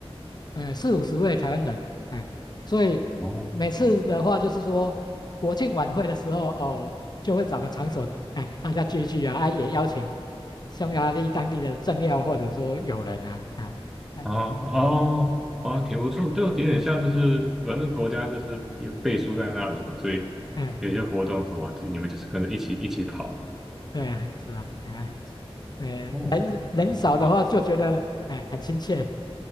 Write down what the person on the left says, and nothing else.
呃，四五十位台湾人，哎，所以每次的话就是说，
国庆晚会的时候，哦，就会找个场所，哎，大家聚一聚啊，啊，也邀请匈牙利当地的政要或者说友人啊，啊，哎，
哎，
哎，哎，
对啊，是啊，哎呀，对，
人人少的话就觉得，
哎，很亲切。